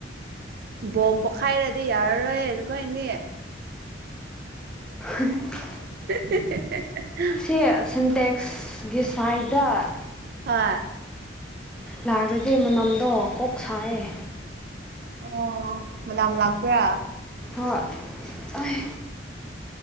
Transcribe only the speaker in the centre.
ꯎ
ꯁꯤ ꯁꯤꯟꯇꯦꯛꯁꯒꯤ ꯁꯥꯏꯗ
ꯂꯥꯛꯑꯒꯗꯤ ꯃꯅꯝꯗꯣ ꯀꯣꯛ ꯁꯥꯏꯌꯦ
ꯍꯣꯏ ꯑꯩ